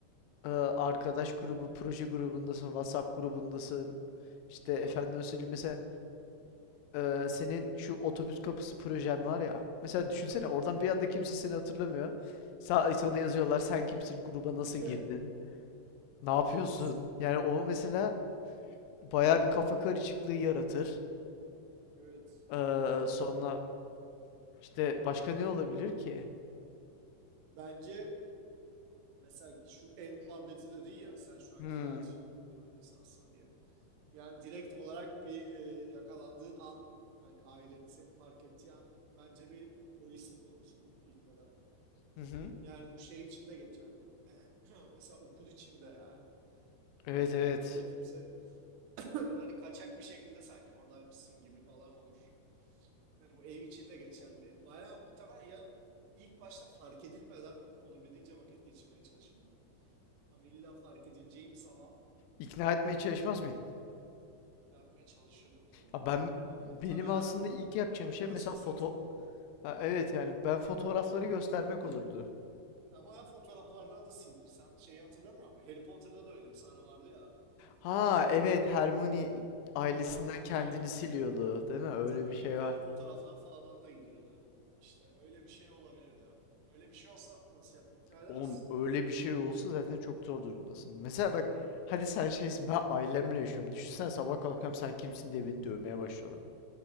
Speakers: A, on the left; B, on the right.
A: e, arkadaş grubu, proje grubundasın, WhatsApp grubundasın. İşte
B: Aha,
A: efendim söyleyeyim mesela e, senin şu otobüs kapısı projen var ya. Mesela düşünsene
B: aha.
A: oradan bir anda kimse seni hatırlamıyor. Sa- sana yazıyorlar sen kimsin, gruba nasıl
B: <laughs>
A: girdin, ne yapıyorsun?
B: Evet,
A: Yani o mesela bayağı bir kafa karışıklığı yaratır.
B: evet.
A: Ee,
B: Biraz
A: sonra
B: garip olur.
A: işte başka ne olabilir ki?
B: Bence mesela şu ev muhabbeti dedin ya sen şu an
A: Hmm.
B: kiracı rolündesin aslında diye. Yani direkt olarak bir e, yakalandığın an, hani ailenin seni fark ettiği an bence bir polislik olursun ilk olarak.
A: Hı hı.
B: Yani bu şey için de geçerli. <clears throat> Mesela okul için de yani.
A: Evet
B: Yani
A: evet.
B: okulda kimse <clears throat> hani kaçak bir şekilde sanki oradaymışsın gibi falan olur. Yani bu ev için de geçerli. Bayağı muhtemel ya ilk başta fark edilmeden olabildiğince vakit geçirmeye çalışırdım. Ama illa fark edileceğim zaman
A: İkna etmeye çalışmaz mıydın?
B: yapmaya çalışırdım tabii
A: Ya
B: doğal
A: ben
B: olarak. Ama
A: benim
B: muhtemelen
A: aslında ilk yapacağım
B: akıl
A: şey mesela
B: hastanesine
A: foto
B: yatırılırdım.
A: ha, evet yani ben fotoğrafları göstermek olurdu.
B: Ya bayağı fotoğraflardan da silinirsen şeyi hatırlamıyor ama Harry Potter'da da öyle bir sahne vardı ya.
A: Ha
B: Şey
A: evet Hermione ailesinden
B: Hermione
A: kendini
B: aynen.
A: siliyordu değil mi? Öyle
B: Hatta büyü
A: bir şey
B: yapıyordu
A: var.
B: fotoğraflar falan da gidiyordu. İşte öyle bir şey olabilir yani. Öyle bir şey olsa nasıl ya? ikna edemezsin
A: Oğlum öyle
B: de yani.
A: bir şey olsa zaten çok zor durumdasın. Mesela bak hadi sen şeysin
B: Heh,
A: ben ailemle yaşıyorum. Düşünsene sabah kalkıyorum sen kimsin diye beni dövmeye başlıyorlar.